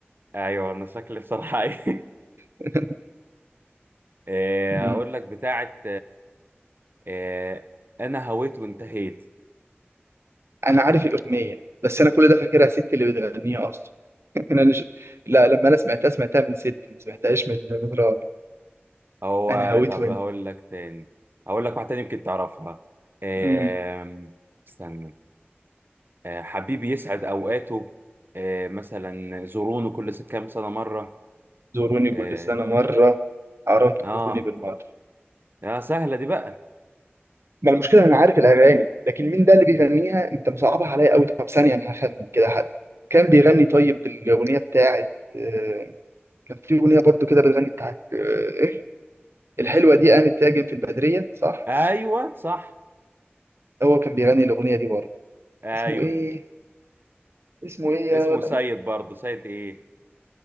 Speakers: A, on the right; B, on the right.
A: ايوه انا شكلي بصراحة <laughs> إيه.
B: <laughs>
A: آه،
B: مم.
A: هقول لك بتاعت آه، انا هويت وانتهيت
B: انا عارف الاغنيه بس انا كل ده فاكرها ست اللي بتغنيها اصلا <laughs> انا مش... لا لما انا سمعتها سمعتها من ست ما سمعتهاش من من راجل
A: هو
B: أنا هويت
A: طب
B: منه
A: هقول لك تاني هقول لك واحده تاني يمكن تعرفها آم،
B: مم.
A: استنى آه، حبيبي يسعد اوقاته آه، مثلا زورونه كل س- كام سنه مره
B: زوروني
A: اه
B: كل سنة مرة حرام تفوتوني
A: اه
B: بالمرة
A: آه، سهله دي بقى
B: ما المشكلة أنا عارف الأغاني لكن مين ده اللي بيغنيها أنت مصعبها عليا أوي طب ثانية أنا هخمن كده حد كان بيغني طيب الأغنية بتاعت آه، كان في أغنية برضو كده بتغني بتاعت آه، إيه الحلوة دي قامت تهاجم في البدرية صح
A: ايوه صح
B: هو كان بيغني الأغنية دي برضو
A: ايوه
B: اسمه إيه اسمه إيه
A: اسمه
B: يا ولد؟
A: سيد برضه سيد ايه